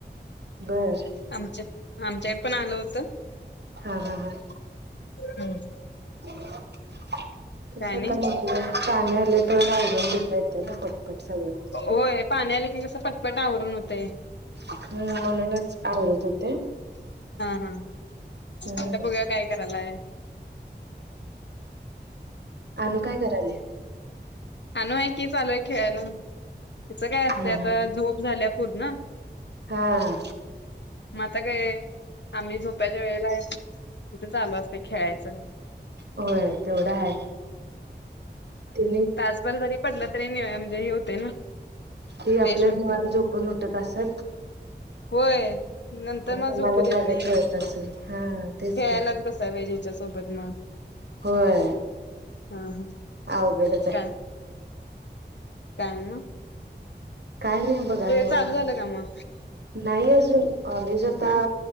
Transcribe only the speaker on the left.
आमच्या आमच्या पण आलं होत
हम्म
काय नाही
होय पाणी आलं कि कसं फटपट आवरून होते
हा हा
आता बघूया काय करायलाय
हा न आहे की चालू आहे खेळायला तच काय असतय
आता
झोप झाल्या पूर्ण
मग आता काय आहे आम्ही झोपाच्या वेळेला आहे तिथं चालू असतं खेळायचं
र जरी पटलं तरी म्हणजे हे होते ना
फ्रेशते
होय नंतर
मग
झोपू
देत नाही
खेळायलाच
बसा त्याच्या सोबत मग
हा हा
काय काय ना
चालू झालं का मग
हा